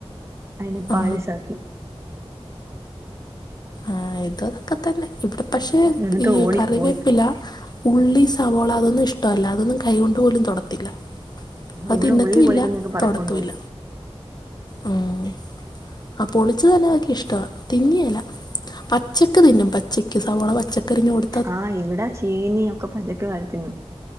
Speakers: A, on the right; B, on the left.
A: അയ്‌നെ പാളിസാക്കി.
B: ആ ആഹ് ഇത്തൊക്കെ തെന്നെ ഇവടെ പക്ഷെ
A: എന്നിട്ട്
B: ഈ
A: ഓടിപ്പോയി
B: കറിവേപ്പിലാ ഉള്ളി, സവോള അതൊന്നുഷ്ടല്ല അതൊന്നും കൈകൊണ്ട് പോലും തൊടത്തില്ല. അത്
A: ഇവിടെ
B: തിന്നത്തുല്ല
A: ഉള്ളി പൊളിക്കുന്നൊക്കെ പറക്കൊണ്ട്
B: തൊടത്തുല്ല
A: പോവും
B: ഉം ആഹ് പൊളിച്ച് തന്നതൊക്കിഷ്ടവാ തിന്നേല പച്ചക്ക് തിന്നും പച്ചക്ക് സവോള പച്ചക്കരിഞ്ഞ കൊട്
A: ആഹ് ഇവടെ ചേന്യൊക്കെ പഞ്ഞക് വരി തിന്നും.